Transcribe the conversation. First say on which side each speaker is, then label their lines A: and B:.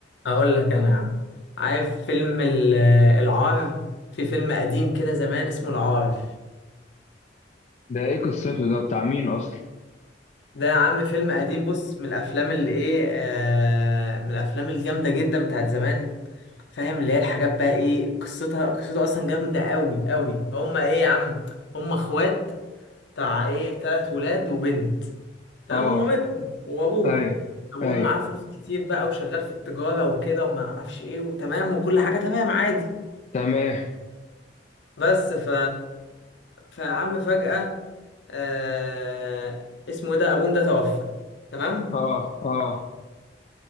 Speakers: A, on the left (about 75°); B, on the left (about 40°).
A: هقول لك انا يا عم عارف فيلم ال- آه، العار في فيلم قديم كده زمان اسمه العار
B: ده ايه قصته ده بتاع مين اصلا
A: ده يا عم فيلم قديم بص من الافلام اللي ايه آه من الافلام الجامده جدا بتاعت زمان فاهم اللي هي الحاجات بقى ايه قصتها قصته اصلا جامده قوي قوي هما ايه يا عم هما اخوات بتاع ايه تلات ولاد وبنت تمام
B: اه
A: ومامتهم وابوهم
B: اي
A: ابوهم
B: اي
A: معاه فلوس كتير بقى وشغال في التجاره وكده وما اعرفش ايه وتمام وكل حاجه تمام عادي
B: تمام
A: بس ف فعم فجاه آه... اسمه إيه ده ابوهم ده توفى تمام
B: اه اه